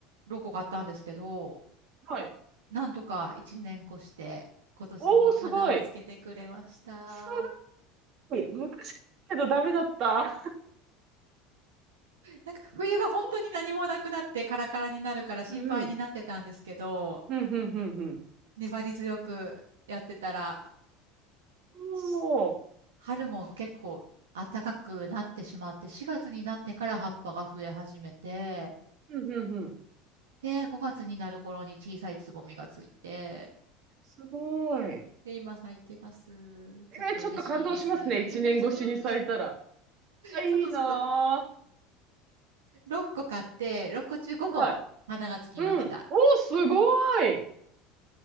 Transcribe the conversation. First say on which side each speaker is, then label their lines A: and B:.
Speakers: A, on the right (about 85°); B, on the right (about 50°).
A: ロコ買ったんですけど、
B: はい。
A: なんとか1年越して、今年も花をつけてくれました。
B: おお、すごい。すごい。昔けどダメだった。
A: なんか冬は本当に何もなくなってカラカラになるから心配になってたんですけど、
B: そう。うんうん。うんうんうんうん。
A: 粘り強くやってたら、し
B: おお。
A: 春も結構暖かくなってしまって、4月になってから葉っぱが増え始めて、
B: うんうんうん。
A: で、5月になる頃に小さいつぼみがついて、
B: すごい。
A: で、今咲いてます。
B: えーちょっと感動しますね。
A: ちょっと嬉しいです。
B: 一年越しに咲いたら。
A: <laughs> うん、
B: あ、いいな
A: そう、ちょっと6個買って、6個中5個花がつきました。
B: ぁ。はい。うん。おー、すごい。